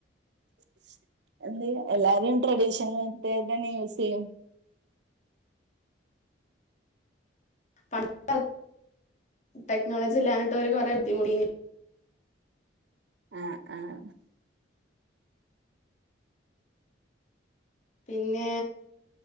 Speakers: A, on the right; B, on the left.
A: <inaudible> എന്ത് എല്ലാരും ട്രഡീഷണൽ <unintelligible> തന്നെ യൂസ് ചെയ്യും
B: <unintelligible> ടെക്നോളജി ഇല്ലാനിട്ടവര് കൊറേ ബുദ്ധിമുട്ടീനി
A: ആഹ് ആഹ്
B: പിന്നേ